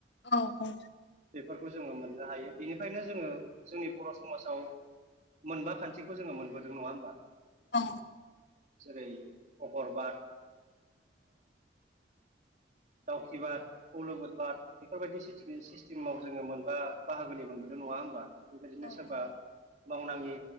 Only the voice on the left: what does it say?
औ- औ
औ
औ-
औ